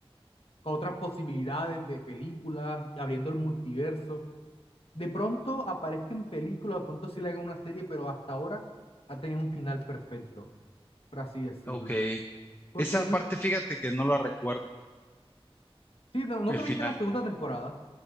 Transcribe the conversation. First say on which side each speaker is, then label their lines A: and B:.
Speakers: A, on the left; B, on the left.
A: a otras posibilidades de películas, abriendo el multiverso. De pronto aparezca en películas, de pronto sí le hagan una serie, pero hasta ahora ha tenido un final perfecto, por así decirlo.
B: Ok.
A: Porque
B: Esa
A: mi,
B: parte, fíjate que no la recuerdo,
A: sí, no, no
B: el
A: te viste
B: final.
A: la segunda temporada,